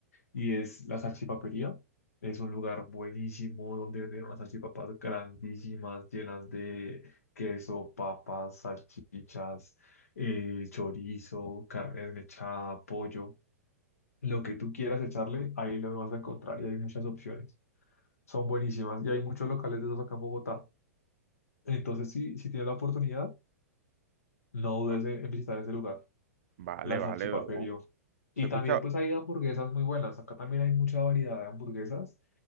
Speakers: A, on the left; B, on the right.
A: y es la salchipapería. Es un lugar buenísimo donde venden unas salchipapas grandísimas, llenas de queso, papas, salchichas, eh, chorizo, carne desmechada, pollo. Lo que tú quieras echarle, ahí lo vas a encontrar y hay muchas opciones. Son buenísimas y hay muchos locales de esos acá en Bogotá. Entonces, si, si tienes la oportunidad, no dudes
B: Va-
A: en en visitar ese lugar
B: Vale,
A: la
B: vale,
A: salchipaperio.
B: bro. Se
A: Y
B: escucha,
A: también pues hay hamburguesas muy buenas. Acá también hay mucha variedad de hamburguesas